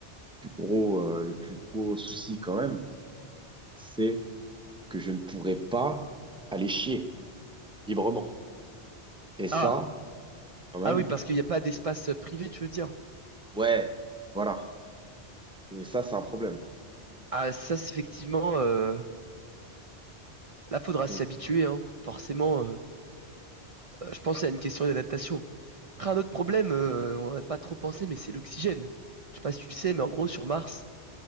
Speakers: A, in the centre; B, on the right.
A: le plus gros, euh, le plus gros souci quand même. c'est que je ne pourrais pas aller chier librement. Et ça,
B: Ah,
A: quand même,
B: ah oui, parce qu'il n'y a pas d'espace euh, privé, tu veux dire.
A: ouais, voilà. Et ça, c'est un problème.
B: Ah, ça, c'est effectivement, euh, là, faudra
A: Donc,
B: s'y habituer, hein. Forcément, euh, euh, je pense à une question d'adaptation. Après, un autre problème, euh, on n'a pas trop pensé, mais c'est l'oxygène. Je sais pas si tu le sais, mais en gros, sur Mars,